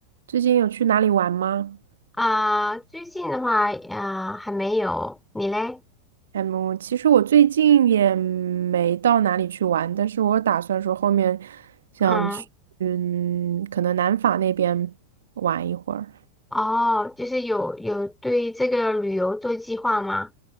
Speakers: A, on the right; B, in the centre.
A: 最近有去哪里玩吗？
B: 啊，最近的话啊，还没有，你嘞？
A: 嗯，其实我最近也没到哪里去玩，但是我打算说后面想去，
B: 嗯，
A: 嗯，可能南法那边玩一会儿。
B: 哦，就是有有对这个旅游做计划吗？